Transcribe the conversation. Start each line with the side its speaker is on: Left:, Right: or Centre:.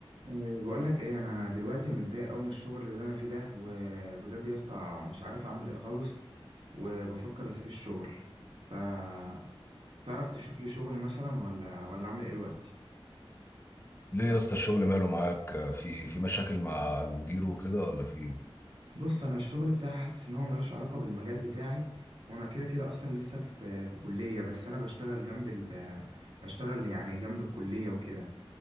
Right: إيه، بقول لك ايه انا دلوقتي متضايق قوي من الشغل اللي انا فيه ده وبجد يا اسطى مش عارف اعمل ايه خالص وبفكر اسيب الشغل فتعرف تشوف لي شغل مثلا ولا ولا اعمل ايه دلوقتي
Left: ليه يا اسطى الشغل ماله معاك في في مشاكل مع المدير وكده ولا في إيه؟
Right: بص انا الشغل بتاعي حاسس ان هو ملوش علاقه بالمجال بتاعي وانا كده كده اصلا لسه في في كليه بس انا بشتغل جنب ال بشتغل يعني جنب الكليه وكده